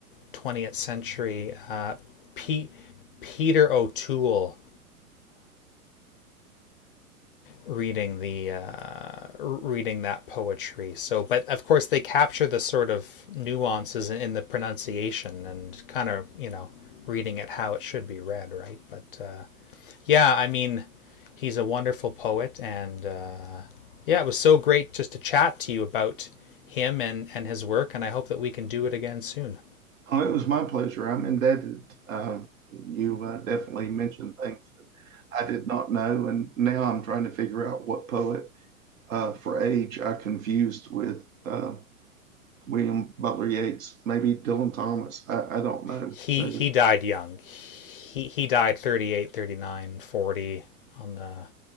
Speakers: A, on the left; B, on the right.
A: 20th century, uh, Pete, Peter O'Toole, reading the uh, reading that poetry. So, but of course, they capture the sort of nuances in, in the pronunciation and kind of you know reading it how it should be read, right? But uh, yeah, I mean, he's a wonderful poet, and uh, yeah, it was so great just to chat to you about him and and his work, and I hope that we can do it again soon.
B: oh, it was my pleasure. I'm indebted. Uh, you uh, definitely mentioned things. I did not know. And now I'm trying to figure out what poet uh, for age I confused with uh, William Butler Yeats, maybe Dylan Thomas. I, I don't know.
A: He
B: There's,
A: he died young. He he died 38, 39, 40 on the